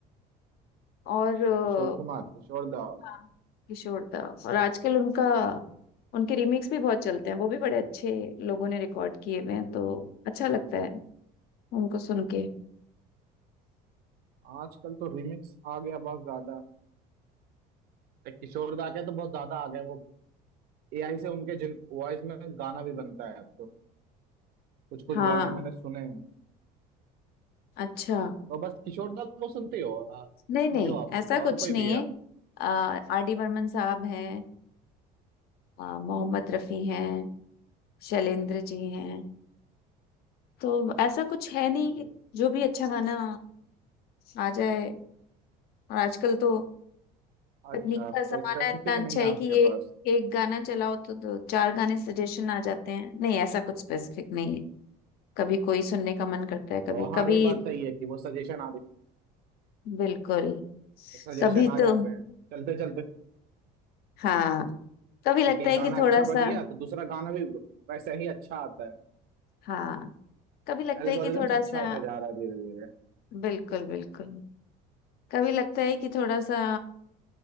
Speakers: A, on the left (about 60°); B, on the right (about 60°).
A: और अ,
B: और किशोर कुमार किशोर दा
A: हाँ, किशोर दा और आजकल उनका उनके रीमिक्स भी बहुत चलते हैं वो भी बड़े अच्छे लोगों ने रिकॉर्ड किए हुए हैं तो अच्छा लगता है उनको सुन के
B: आजकल तो रिमिक्स आ गया बहुत ज्यादा एक किशोर दा के तो बहुत ज्यादा आ गए वो एआई से उनके जिन वॉइस में गाना भी बनता है अब तो कुछ कुछ
A: हाँ
B: गाने मैंने सुने हैं
A: अच्छा
B: तो बस किशोर दा को सुनते हो आ, सुनते
A: नहीं नहीं
B: हो आप
A: ऐसा
B: या और
A: कुछ
B: कोई
A: नहीं
B: भी है
A: है
B: आप
A: आर डी बर्मन साहब हैं आ, मोहम्मद रफी हैं शैलेंद्र जी हैं तो ऐसा कुछ है नहीं
B: जी।
A: जो भी अच्छा गाना आ जाए और आजकल तो तकनीक
B: अच्छा आपको
A: का जमाना
B: स्पेसिफिक
A: इतना अच्छा
B: नहीं है
A: है
B: आपके
A: कि एक
B: पास
A: एक गाना चलाओ तो दो चार गाने सजेशन आ जाते हैं नहीं ऐसा कुछ स्पेसिफिक नहीं है कभी कोई सुनने का मन करता है
B: तो
A: कभी
B: हाँ
A: कभी
B: ये बात सही है कि वो सजेशन आ
A: बिल्कुल
B: वो सजेशन
A: कभी
B: आ
A: तो
B: जाते हैं चलते चलते
A: हाँ कभी लगता
B: लाइक एक
A: है
B: गाना
A: कि थोड़ा
B: अच्छा
A: सा
B: बज गया तो दूसरा गाना भी वैसे ही अच्छा आता है
A: हाँ कभी लगता
B: एल्गोरिदम्स
A: है कि थोड़ा
B: अच्छा
A: सा
B: होता जा रहा है धीरे धीरे
A: बिल्कुल बिल्कुल कभी लगता है कि थोड़ा सा